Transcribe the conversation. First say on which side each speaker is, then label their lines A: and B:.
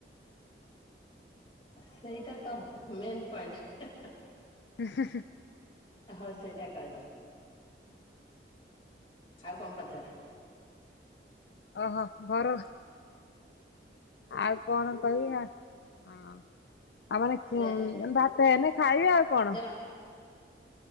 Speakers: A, on the left (about 30°); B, on the left (about 75°).
A: ସେଇଟା ତ ମେନ୍ ପଏଣ୍ଟ।
B: ହ।
A: ହଁ ସେଇଟା କହିବ। ଆଉ କଣ ପଚାର?
B: ଓହୋ ଘର ଆଉ କଣ କହିମି ଆ ହଁ ଆଉ ଖି
A: ସେ
B: ମାନେ ମାନେ ଭାତ ହେନେ ଖାଇବେ ଆଉ କଣ?
A: ଯ